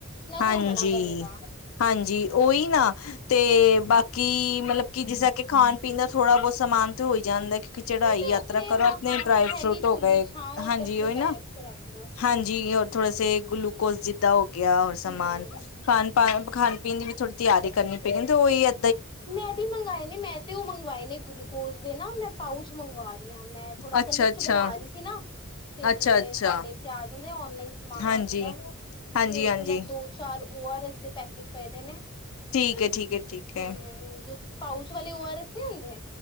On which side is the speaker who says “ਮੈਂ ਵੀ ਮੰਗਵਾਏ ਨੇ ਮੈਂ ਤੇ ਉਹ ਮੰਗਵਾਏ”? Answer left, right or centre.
Left